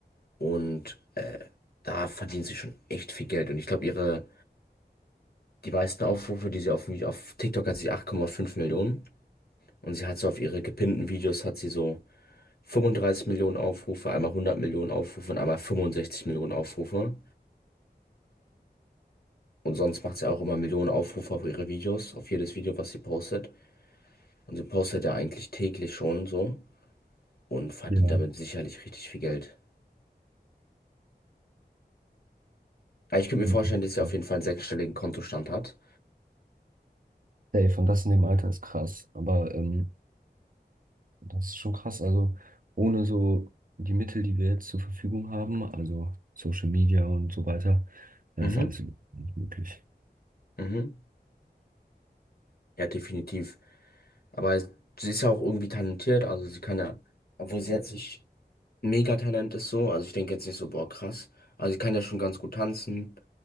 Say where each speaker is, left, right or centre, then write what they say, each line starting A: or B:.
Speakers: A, on the left; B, on the right.
A: Und äh, da verdient sie schon echt viel Geld. Und ich glaube, ihre Die meisten Aufrufe, die sie auf, auf TikTok hat sie acht Komma fünf Millionen. Und sie hat so auf ihre gepinnten Videos hat sie so 35 Millionen Aufrufe, einmal hundert Millionen Aufrufe und einmal 65 Millionen Aufrufe. Und sonst macht sie auch immer Millionen Aufrufe auf ihre Videos, auf jedes Video, was sie postet. Und sie postet ja eigentlich täglich schon so und verdient
B: ja.
A: damit sicherlich richtig viel Geld. Aber ich könnte mir
B: Mhm.
A: vorstellen, dass sie auf jeden Fall einen sechsstelligen Kontostand hat.
B: Safe, und das in dem Alter ist krass. Aber ähm, das ist schon krass. Also ohne so die Mittel, die wir jetzt zur Verfügung haben, also Social Media und so weiter, wäre
A: Mhm,
B: das alles überhaupt nicht möglich.
A: mhm. Ja, definitiv. Aber sie ist ja auch irgendwie talentiert, also sie kann ja, obwohl sie jetzt nicht Megatalent ist so. Also ich denke jetzt nicht so, boah, krass. Also sie kann ja schon ganz gut tanzen.